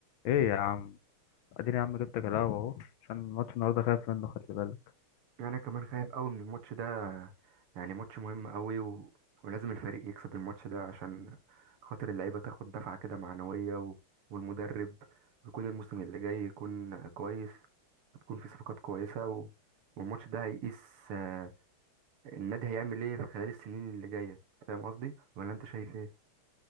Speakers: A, on the left; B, on the right.
A: ايه يا عم اديني يا عم جبتك القهوة اهو عشان ماتش النهارده خايف منه خلي بالك
B: يعني انا كمان خايف قوي من الماتش ده يعني ماتش مهم قوي و... ولازم الفريق يكسب الماتش ده عشان خاطر اللعيبه تاخد دفعه كده معنويه و... والمدرب يكون الموسم اللي جاي يكون كويس هتكون في صفقات كويسه و... والماتش ده هيقيس آه، النادي هيعمل ايه في خلال السنين اللي جايه فاهم قصدي ولا انت شايف ايه